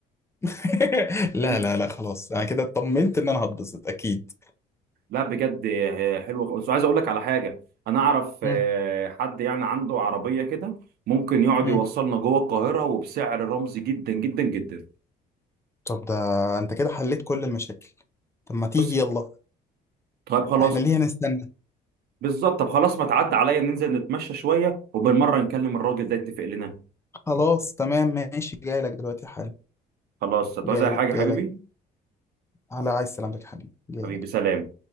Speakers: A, on the left (about 15°); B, on the right (about 70°).
A: <laughs> لا
B: <laughs>
A: لا لا خلاص انا كده اطمنت ان انا هتبسط اكيد
B: لا بجد آه، حلوة خالص وعايز اقول لك على حاجة انا اعرف آه،
A: مم.
B: حد يعني عنده عربية كده ممكن يقعد
A: مم.
B: يوصلنا جوه القاهرة وبسعر رمزي جدا جدا جدا
A: طب ده انت كده حليت كل المشاكل طب ما تيجي
B: بص
A: يلا
B: طيب خلاص
A: احنا ليه هنستنى
B: بالظبط طب خلاص ما تعدي عليا ننزل نتمشى شويه وبالمره نكلم الراجل ده يتفق لنا
A: خلاص تمام ماشي جاي لك دلوقتي حالا
B: خلاص هتعوز
A: جاي
B: اي
A: لك
B: حاجه حبيبي
A: جاي لك على عايز سلامتك يا حبيبي جاي
B: حبيبي
A: لك
B: سلام